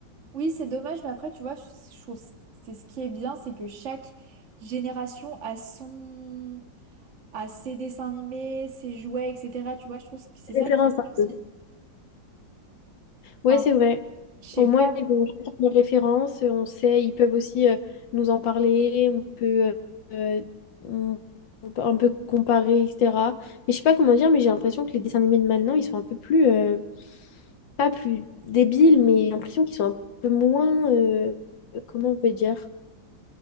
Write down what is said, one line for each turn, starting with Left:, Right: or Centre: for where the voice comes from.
Right: Oui, c'est dommage, mais après tu vois, je, je trouve c- c'est ce qui est bien, c'est que chaque génération a son a ses dessins animés, ses jouets, etc. Tu vois, je trouve que c'est ça
Left: Référence.
Right: qui est bien aussi.
Left: un Ouais,
Right: Enfin,
Left: c'est vrai.
Right: je sais
Left: Au moins,
Right: pas,
Left: ils ont chacun leurs références, on sait, ils peuvent aussi euh, nous en parler, on peut, euh, euh, on- on peut un peu comparer, etc. Mais je sais pas comment dire, mais j'ai l'impression que les dessins animés de maintenant, ils sont un peu plus, euh, pas plus débiles, mais j'ai l'impression qu'ils sont un peu moins, euh, comment on peut dire?